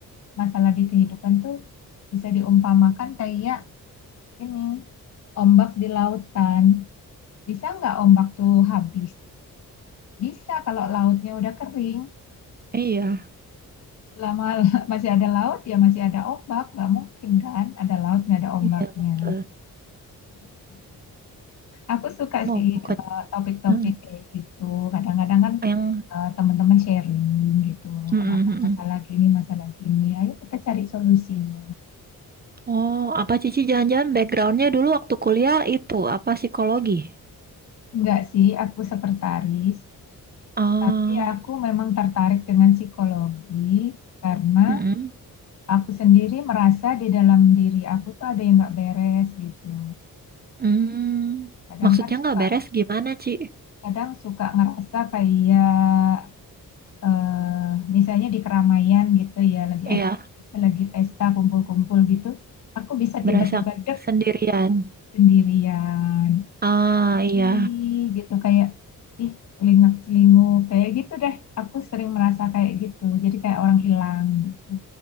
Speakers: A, on the left (about 50°); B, on the right (about 25°).
A: masalah di kehidupan tuh bisa diumpamakan kayak ini, ombak di lautan. Bisa nggak ombak tuh habis? Bisa kalau lautnya udah kering.
B: Iya.
A: Selama <laughs> masih ada laut, ya masih ada ombak. Nggak mungkin kan ada laut, nggak ada ombaknya.
B: Iya, betul.
A: Aku suka
B: Mau
A: sih kalau
B: ke
A: topik-topik
B: Heeh,
A: kayak gitu. Kadang-kadang kan
B: yang
A: eh, teman-teman sharing gitu.
B: Mm-mm,
A: Kenapa
B: mm-mm.
A: masalah gini, masalah gini. Ayo kita cari solusinya.
B: Oh, apa Cici jangan-jangan backgroundnya dulu waktu kuliah itu apa psikologi?
A: Enggak sih, aku sekretaris.
B: Ah,
A: Tapi aku memang tertarik dengan psikologi karena
B: mm-mm.
A: aku sendiri merasa di dalam diri aku tuh ada yang nggak beres gitu.
B: Hmm,
A: Kadang
B: maksudnya
A: kan suka
B: nggak beres gimana, Ci?
A: kadang suka ngerasa kayak eh, misalnya di keramaian gitu ya lagi
B: Iya,
A: ad- lagi pesta kumpul-kumpul gitu aku bisa
B: berasa
A: tiba-tiba dek
B: sendirian.
A: sendirian
B: Ah, iya.
A: ih gitu kayak ih celingak-celinguk kayak gitu deh aku sering merasa kayak gitu jadi kayak orang hilang gitu